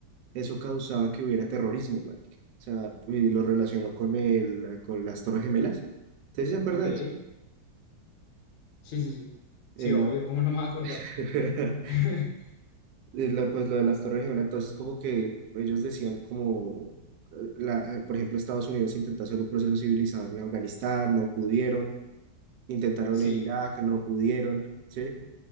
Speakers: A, on the right (about 75°); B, on the left (about 60°).
A: eso causaba que hubiera terrorismo, marica. O sea, y lo relacionó con el, con las Torres Gemelas. ¿Usted sí se acuerda
B: Ok. Sí,
A: de eso?
B: sí, sí.
A: El,
B: Sí, obvio, ¿cómo no me voy a acordar?
A: <laughs>
B: <laughs>
A: y lo- pues lo de las Torres Gemelas, entonces como que ellos decían como, eh, la, eh, por ejemplo, Estados Unidos intentó hacer un proceso civilizador en Afganistán, no pudieron, intentaron
B: Sí,
A: en Irak, no pudieron, ¿sí?